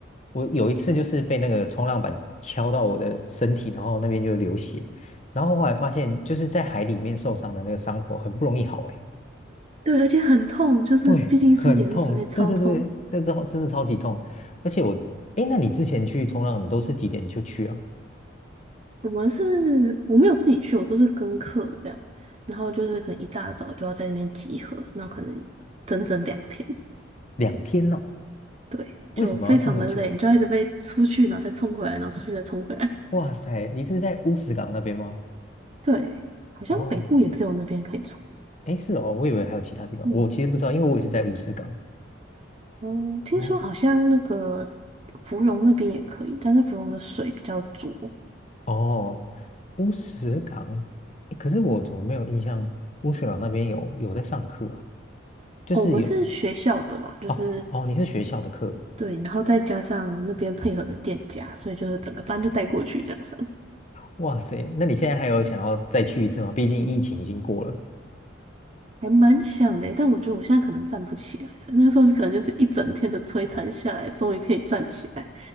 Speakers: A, on the left; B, on the right.
A: 我有一次就是被那个冲浪板敲到我的身体，然后那边就流血，然后后来发现就是在海里面受伤的那个伤口很不容易好，哎，
B: 对，而且很痛，就是毕竟是盐水，
A: 对，很痛，
B: 会超痛。
A: 对对对，之是真的超级痛，而且我，哎，那你之前去冲浪，你都是几点就去啊？
B: 我们是我没有自己去，我都是跟课这样，然后就是可能一大早就要在那边集合，那可能整整两天，
A: 两天哦，
B: 对，
A: 为什么要这么久啊？
B: 就非常的累，你就要一直被出去，然后再冲回来，然后出去再冲回来。
A: 哇塞，你是在乌石港那边吗？
B: 对，好像北部也只有那边可以冲。
A: 哦，哎，是哦，我以为还有其他地方，
B: 嗯，
A: 我其实不知道，因为我也是在乌石港。
B: 哦，听说好像那个
A: 哦。
B: 芙蓉那边也可以，但是芙蓉的水比较浊。
A: 哦，乌石港，诶可是我怎么没有印象乌石港那边有有在上课啊？就是有
B: 哦我们是学校的嘛，就是
A: 哦哦，你是学校的课，
B: 对，然后再加上那边配合的店家，所以就是整个班就带过去这样上，
A: 哇塞，那你现在还有想要再去一次吗？毕竟疫情已经过了。
B: 还蛮想的欸。但我觉得我现在可能站不起来了，那时候就可能就是一整天的摧残下来，终于可以站起来，